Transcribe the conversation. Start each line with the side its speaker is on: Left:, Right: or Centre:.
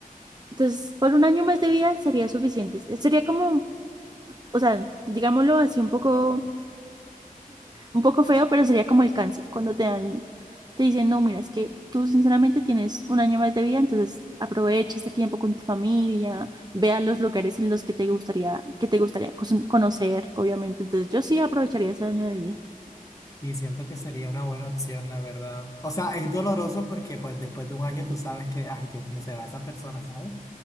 Right: Entonces, por un año más de vida sería suficiente. Sería como o sea, digámoslo así un poco, un poco feo, pero sería como el cáncer, cuando te dan, te dicen, no, mira, es que tú sinceramente tienes un año más de vida, entonces aprovecha este tiempo con tu familia, ve a los lugares en los que te gustaría, que te gustaría cos- conocer, obviamente. Entonces yo sí aprovecharía ese año de vida.
Left: Sí, siento que sería una buena opción, la verdad. O sea, es doloroso porque pues después de un año tú sabes que, ay, Dios mío, se va esa persona, ¿sabes?